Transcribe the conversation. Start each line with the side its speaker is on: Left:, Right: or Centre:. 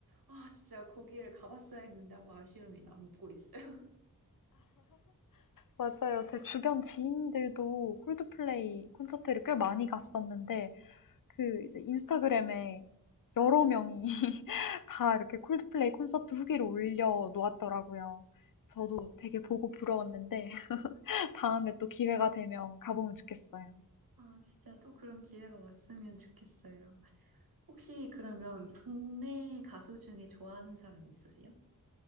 Right: 아 진짜 거기를 가봤어야 했는데 하고 아쉬움이 남고 있어요.
Left: 맞아요. 제 주변 지인들도 콜드플레이 콘서트를 꽤 많이 갔었는데, 그 이제 인스타그램에 여러 명이 다 이렇게 콜드플레이 콘서트 후기를 올려 놓았더라고요. 저도 되게 보고 부러웠는데 <laughs> 다음에 또 기회가 되면 가보면 좋겠어요.
Right: <laughs> 아 진짜 또 그런 기회가 왔으면 좋겠어요. 혹시 그러면 국내 가수 중에 좋아하는 사람 있으세요?